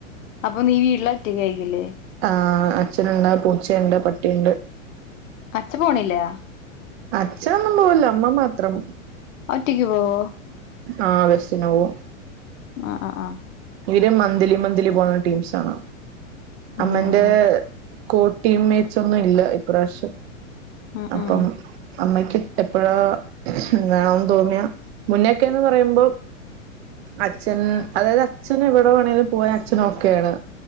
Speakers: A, on the left (about 70°); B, on the right (about 50°).
A: അപ്പോ നീ വീട്ടില് ഒറ്റക്ക്‌ ആരിക്കില്ലേ
B: ആ അച്ഛനൊണ്ട് പൂച്ചയുണ്ട് പട്ടിയുണ്ട്
A: അച്ച പോണില്ലാ
B: അച്ഛനൊന്നും പോവൂല അമ്മ മാത്രം
A: ഒറ്റയ്ക്ക് പോവൊ?
B: ആഹ് ബസ്സിന് പോകും
A: ആ ആ ആഹ്
B: ഇവര് മന്ത്ലി മന്ത്ലി പോണ ടീംസാണ്.
A: ഉം
B: അമ്മന്റെ
A: ഉം
B: കോ ടീം മേറ്റ്സ് ഒന്നും ഇല്ല ഇപ്രാശം.
A: ഉം
B: അപ്പം
A: ഉം
B: അമ്മയ് ക്ക് എപ്പഴാ വേണന്ന് തോന്നിയാ മുന്നക്കെന്ന് പറയുമ്പം അച്ഛൻ അതായത് അച്ഛൻ എവിടെ വേണെലും പോവാൻ അച്ഛൻ ഒക്കെയാണ്